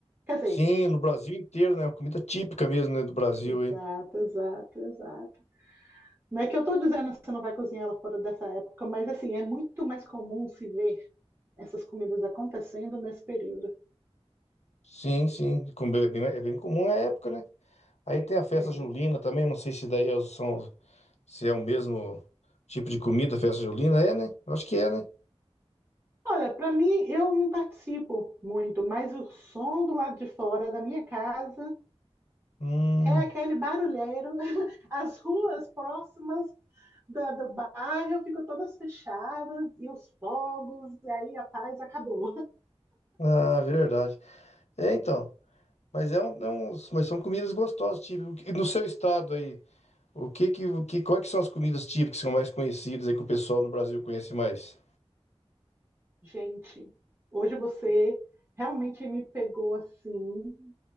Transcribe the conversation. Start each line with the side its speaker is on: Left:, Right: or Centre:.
Right: Quer dizer,
Left: sim, no Brasil inteiro, né? Comida típica mesmo, né, do Brasil,
Right: exato,
Left: hein?
Right: exato, exato. Não é que eu estou dizendo que você não vai cozinhar ela fora dessa época, mas assim, é muito mais comum se ver essas comidas acontecendo nesse período.
Left: Sim, sim. Como É bem, é bem comum é a época, né? Aí tem a festa
Right: É.
Left: julina também, não sei se daí é- o- são, se é o mesmo tipo de comida, a festa julina, é, né? Eu acho que é, né?
Right: Olha, para mim, eu não participo muito, mas o som do lado de fora da minha casa.
Left: Hum.
Right: é aquele barulheiro, <laughs> as ruas próximas da- do, bairro ficam todas fechadas e os fogos, e aí a paz acabou.
Left: Ah, verdade. É, então. Mas é, um, é uns, mas são comidas gostosas, tipo, no seu estado aí, o que que, o que, quais que são as comidas típicas que são mais conhecidas aí que o pessoal no Brasil conhece mais?
Right: <laughs> Gente, hoje você realmente me pegou assim,